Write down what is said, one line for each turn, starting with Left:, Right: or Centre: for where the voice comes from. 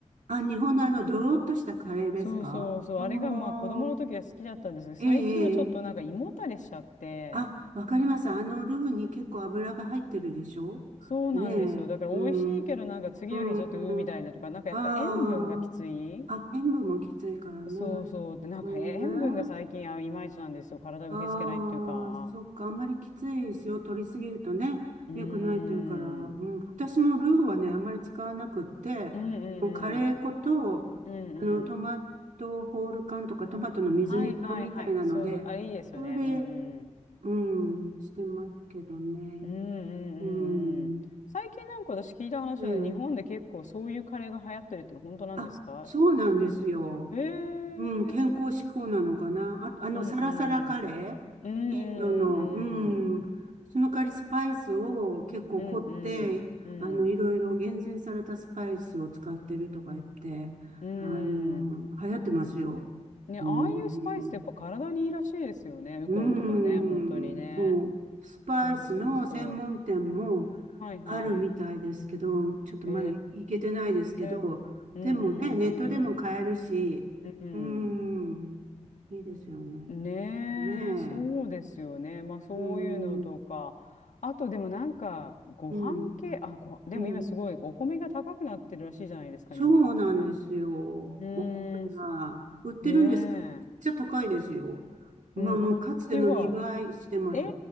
Right: あ、日本のあの、ドロッとしたカレーですかああー、
Left: そうそうそう。あれがまあ子供の時は好きだったんですけど、最近はちょっとなんか胃もたれしちゃって、
Right: ええ、ええ。あ、わかります。あの、ルーに結構油が入ってるでしょ
Left: そうなんですよ。
Right: ねえ、
Left: だから美味しいけどなんか次の日ちょっとうーみたいなとか、
Right: うん、うん、
Left: なんかやっぱ塩分がきつい。
Right: ああ、あ、塩分もきついからね。
Left: そうそう。で、なんかえ塩分が最近あいまいちなんですよ。
Right: うんね。
Left: 体受け付けないっていうか。
Right: ああ、そっか。あんまりきつい塩を取りすぎるとね、
Left: うーん。
Right: 良くないというから、うん。私もルーはね、あんまり使わなくって、
Left: うん
Right: もうカレー粉と、
Left: うんうん。うんうん。
Right: あの、トマトホール缶とかトマトの水煮缶みたいなので、
Left: はいはいはい。そうそう。あ、いいですよね。
Right: それで、
Left: うんうん。
Right: うん、してますけどね。
Left: うんうんうんうん。
Right: うん。
Left: 最近なんか私聞いた話で日本で結構そういうカレーが流行ってるっての本当なんですか
Right: ええ。あ、そうなんですよ。
Left: ええー。
Right: うん、健康志向なのかな。あと、あの、
Left: うんう
Right: サラサラカレーインドの、
Left: ん。うんうんうんうん。
Right: うん。その代わりスパイスを結構凝って、
Left: うんうん。
Right: あの、いろいろ厳選されたスパイスを使ってるとか言って、
Left: うん。
Right: あの、流行ってますよ。
Left: ね、
Right: うん。
Left: ああいうスパイスってやっぱ体にいいらしいですよね。ウコンとかね、
Right: うん。
Left: 本当にね。
Right: そう。スパイスの専門店も、
Left: そうそうそう。はいはい。
Right: あるみたいですけど、ちょっとまだ行けてないですけど、
Left: へえ。うんうんうん
Right: でもね、ネットでも買えるし、
Left: うん。
Right: うーん、いいですよね。
Left: うん。ねえ、
Right: ねえ、
Left: そうですよね。まあそういうのとか。
Right: うーん、
Left: あとでもなんか、ご飯系、
Right: うん、
Left: あ、ご、でも今すごいお米が高くなってるらしいじゃないですか、
Right: うん。そうなんですよ。
Left: 日本って。うーん、
Right: お米が。
Left: そ
Right: 売ってるんですけど、
Left: ね
Right: めっちゃ高いですよ。まあ、
Left: え。うん、
Right: もうかつての2倍してます。
Left: こっちは、ええ